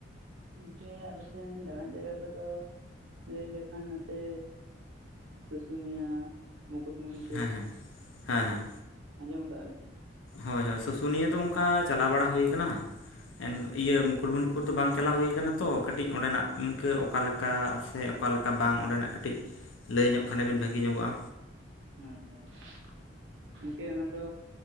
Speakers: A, on the right (about 80°); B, on the left (about 80°).
A: ᱦᱮᱸ, ᱟᱞᱮ ᱥᱮᱱ ᱫᱟᱬᱟᱱ ᱡᱟᱭᱜᱟ ᱠᱚᱫᱚ ᱞᱟᱹᱭ ᱞᱮᱠᱷᱟᱱ ᱱᱚᱛᱮ ᱥᱩᱥᱩᱱᱤᱭᱟ, ᱢᱩᱠᱩᱴᱢᱩᱱᱤᱯᱩᱨ
B: ᱦᱮᱸ ᱦᱮᱸ ᱦᱮᱸ ᱦᱮᱸ
A: ᱟᱸᱡᱚᱢ ᱟᱠᱟᱜ ᱵᱮᱱ
B: ᱦᱳᱭ ᱦᱳᱭ ᱥᱩᱥᱩᱱᱤᱭᱟᱹ ᱫᱚ ᱚᱝᱠᱟ ᱪᱟᱞᱟᱣ ᱵᱟᱲᱟ ᱦᱩᱭᱟ ᱠᱟᱱᱟ ᱮᱱ
A: ᱟᱪᱪᱷᱟ
B: ᱤᱭᱟᱹ
A: ᱟᱪᱪᱷᱟ
B: ᱢᱩᱠᱩᱴᱢᱩᱱᱤ ᱯᱩᱨ ᱫᱚ ᱵᱟᱝ ᱪᱟᱞᱟᱣ ᱦᱩᱭ ᱟᱠᱟᱱᱟ ᱛᱚ ᱠᱟᱹᱴᱤᱡ ᱚᱸᱰᱮᱱᱟᱜ ᱤᱝᱠᱟᱹ ᱚᱠᱟᱞᱮᱠᱟ ᱥᱮ ᱚᱠᱟᱞᱮᱠᱟ ᱵᱟᱝ ᱚᱸᱰᱮᱱᱟᱜ ᱠᱟᱹᱴᱤᱡ ᱞᱟᱹᱭ ᱧᱚᱜ ᱠᱷᱟᱱᱵᱤᱱ
A: ᱦᱳᱭ
B: ᱵᱷᱟᱹᱜᱤ
A: ᱛᱚ
B: ᱧᱚᱜᱚᱜᱼᱟ
A: ᱦᱳᱭ ᱦᱳᱭ, ᱜᱚᱝᱠᱮ ᱚᱱᱟ ᱫᱚ